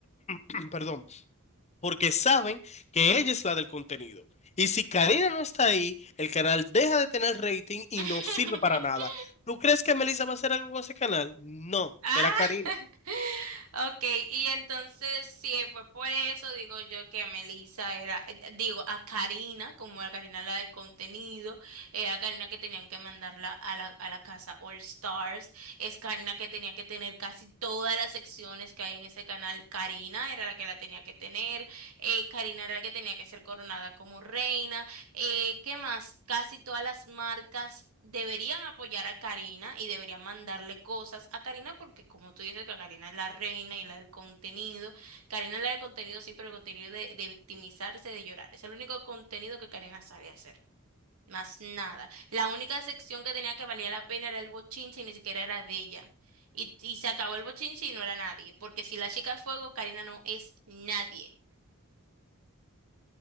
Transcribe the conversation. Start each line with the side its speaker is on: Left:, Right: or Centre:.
Left: <clears throat> Perdón porque saben que ella es la del contenido. Y si Karina no está ahí, el canal deja de tener rating y
Right: <laughs>
Left: no sirve para nada. ¿Tú crees que Melissa va a hacer algo con ese canal? No,
Right: Ah.
Left: era Karina.
Right: <laughs> Ok, y entonces sí, fue por eso, digo yo, que a Melissa era, eh, digo, a Karina, como a Karina la del contenido, eh, a Karina que tenían que mandarla a la, a la casa All Stars, es Karina que tenía que tener casi todas las secciones que hay en ese canal, Karina era la que la tenía que tener, eh, Karina era la que tenía que ser coronada como reina, eh, ¿qué más? Casi todas las marcas deberían apoyar a Karina y deberían mandarle cosas a Karina porque como tú dices que Karina es la reina y la del contenido, Karina es la del contenido sí, pero el contenido de, de victimizarse, de llorar. Es el único contenido que Karina sabe hacer. Más nada. La única sección que tenía que valía la pena era el bochinche y ni siquiera era de ella. Y, y se acabó el bochinche y no era nadie, porque si la chica es fuego, Karina no es nadie.